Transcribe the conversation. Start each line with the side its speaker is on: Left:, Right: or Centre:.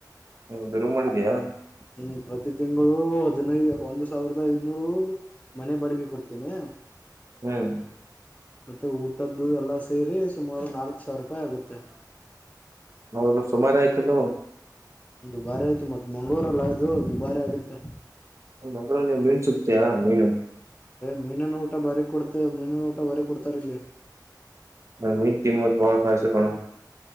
Right: ಹ ಬಿಡುವ್ ಮಾಡಿದ್ದಿಯಾ
Left: ಹ್ಮ್ ಪ್ರತಿ ತಿಂಗಳು ಹದಿನೈದು ಒಂದ್ ಸಾವಿರದ ಐದ್ನೂರು ಮನೆ ಬಾಡ್ಗೆ ಕೊಡ್ತೀನಿ
Right: ಏನ್ <inaudible>
Left: ಮತ್ತೆ ಊಟದ್ದು ಎಲ್ಲಾ ಸೇರಿ ಸುಮಾರು ನಾಲ್ಕು ಸಾವ್ರುಪ್ಪಾಯ್ ಆಗುತ್ತೆ
Right: ಹೌದು ಸುಮಾರು ಆಯ್ತಲ್ಲ
Left: ದುಬಾರಿ ಆಯ್ತು ಮತ್ ಮಂಗ್ಳೂರಲ್ಲದು ದುಬಾರಿ ಆಗತ್ತೆ
Right: ಮಂಗ್ಳೂರಲ್ಲಿ ಮೀನ್ ಸುಕ್ತಿಯಾ ಮೀನು
Left: ಮೀನಿನ ಊಟ ಬರ ಕೊಡ್ತ ಮೀನಿನ ಊಟ ಬರೀ ಕೊಡ್ತಾರ ಇಲ್ಲಿ
Right: ಮ ವ ಕಿಮ್ಮತ್ ಬರಪಾಯಸಕಣ